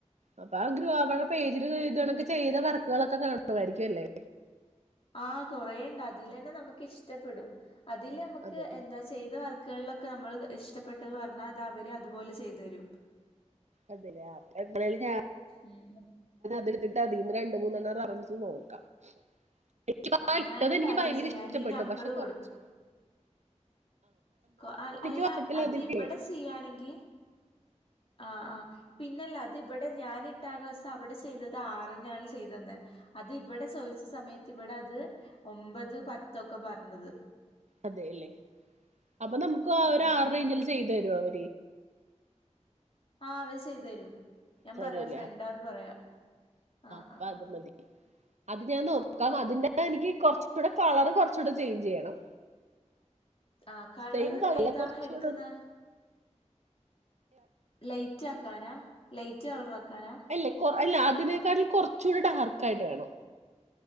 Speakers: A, on the right; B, on the left.
A: അപ്പൊ ആ ഗ്രൂഹ പ പേജിൽ തണൊക്കെ ചെയ്ത വർക്കുകളൊക്കെ കലർന്ന തയിരിക്കുംല്ലേ
B: ആ കൊറേണ്ട് അതിലേന്നെ നമുക്ക് ഇഷ്ടപ്പെടും അതിലമുക്ക്
A: അതെ
B: എന്താ ചെയ്ത വർക്കുകളിലൊ ക്കെമ്മൾ ഇഷ്ടപ്പെട്ടത് പറഞ്ഞാ അതവര് അതുപോലെ ചെയ്തരും.
A: അതലേ <unintelligible>
B: ഉം ഉം
A: ത്തിട്ട് അതിൽന്ന് രണ്ടിമൂന്നെണ്ണ അന്സ് നോക്കാ <unintelligible>
B: ആഹ്
A: ഇട്ടത്
B: ഞാനൊരു
A: എനിക്ക്
B: കാര്യം
A: ഭയങ്കര
B: ചെയ്യാ
A: ഇഷ്ടപ്പെട്ടു
B: ഞാനീ നമ്പറ്
A: പക്ഷെ കൊറച്ച്
B: കൊ അ അല്ല
A: വാട്സപ്പിൽ
B: അത്
A: അതില്ലേ
B: ഇവിടെ ചെയാണെകി ആഹ് ആ പിന്നെല്ല അതിവടെ ഞാനിട്ടാ ആ ഡ്രസ്സ്‌ അവിടെ ചെയ്തത് ആറിനാന്ന് ചെയ്തെന്നെ അത് ഇവ്ടെ ചോദിച്ച സമയത്ത് ഇവിടെ അത് ഒമ്പത് പത്തൊക്കെ പറഞ്ഞത്
A: അതെല്ലേ അപ്പൊ നമുക്ക് ആ
B: ആഹ്
A: ഒരു ആറേഞ്ചില് ചെയ്ത ത രോൽ
B: ആ അവര് ചെയ്തരും ഞാൻ
A: തരുല്ലേ
B: പറയാ ഫ്രണ്ടാന്ന് പറയാ ആ
A: അപ്പൊ
B: ആ
A: അത്
B: ആ
A: മതി അത് ഞാൻ നോക്കാം അതിന്റെ എനിക്ക് കുറച്ചുകൂടെ കളറ് കുറചൂടെ ചേഞ്ച് ചെയ്യണം
B: ആ കളറ്
A: സെയിം കളറില്
B: ഏതാ
A: കുറച്ചുകൂടെ
B: എട്ക്ക്ന്നെ ലൈറ്റ് ആക്കാനാ ലൈറ്റ് കളറക്കാനാ
A: അല്ല അല്ല അതിനേക്കാട്ടിലും കുറച്ചുടി ഡാർക്കായിട്ട് വേണം